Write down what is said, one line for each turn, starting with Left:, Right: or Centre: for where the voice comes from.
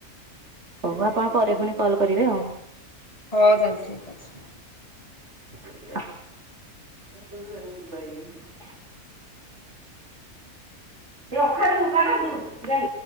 Right: ହୋଉ ଆପଣ ପରେ ଫୁଣି କଲ୍ କରିବେ ଆଉ।
Left: ହଉ ତାହେଲେ ଠିକଅଛି।
Right: ଆ <unintelligible> ରଖା ଦୁ କଣ ତୁ ଗା-